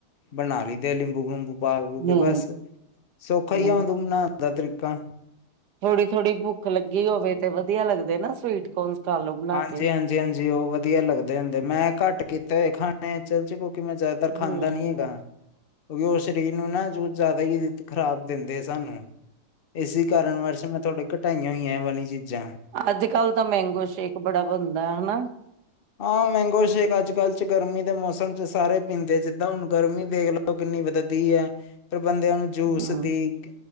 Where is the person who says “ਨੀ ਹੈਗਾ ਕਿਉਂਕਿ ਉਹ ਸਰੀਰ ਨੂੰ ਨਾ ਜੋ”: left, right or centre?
Left